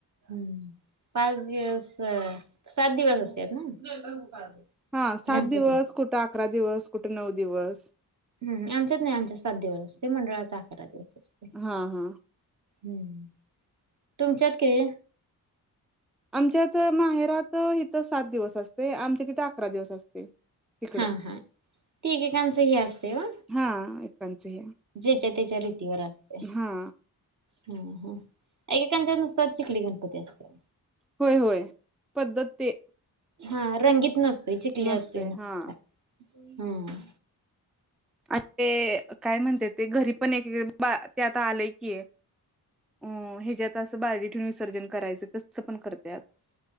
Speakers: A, on the right; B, in the centre.
A: हम्म पाच दिवस सात दिवस असत्यात ना.
B: हा सात
A: गणपती
B: दिवस कुठा अकरा दिवस कुठं नऊ दिवस
A: हम्म आमच्यात नाइ आमच्या सात दिवस असतोय, मंडळाचा अकरा दिवस असतोय
B: हा हा
A: हम्म तुमच्यात केळी
B: आमच्यात माहेरात इथं सात दिवस <unintelligible> आमच्या तिथं अकरा दिवस असते. तिकडं
A: हा हा ते एकेकाचं हे असतय वो
B: हा एकांचं हे
A: जेच्या तेच्या रीतीवर असतय.
B: हा
A: हम्म हम्म एकेकांच्यात नुसता चिखली गणपती असतोय.
B: होय होय पद्धत ते
A: हा रंगीत नस तय चिकली
B: नसतोय
A: असतोय नुसता
B: हा
A: हम्म.
B: आणि ते काय म्हणत्यात ते घरी पण एक <unintelligible> ते आता आलंय की अं हेजात असं बारडी ठेवून विसर्जन करायचं तस पण करत्यात.